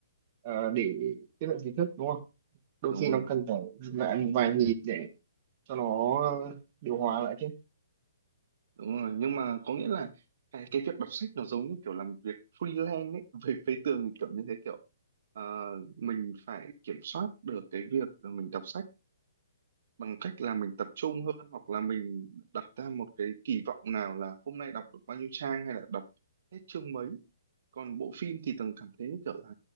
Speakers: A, on the right; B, on the right.
A: ờ, để tiếp nhận kiến thức đúng không đôi
B: đúng
A: khi
B: rồi
A: nó cần phải dừng lại một vài nhịp để cho nó ờ, điều hòa lại chứ
B: đúng rồi nhưng mà có nghĩa là cái cái việc đọc sách nó giống như kiểu làm việc freelance ấy về phía tường thì kiểu như thế kiểu ờ, mình phải kiểm soát được cái việc là mình đọc sách bằng cách là mình tập trung hơn hoặc là mình đặt ra một cái kỳ vọng nào là hôm nay đọc được bao nhiêu trang hay là đọc hết chương mấy còn bộ phim thì tường cảm thấy như kiểu là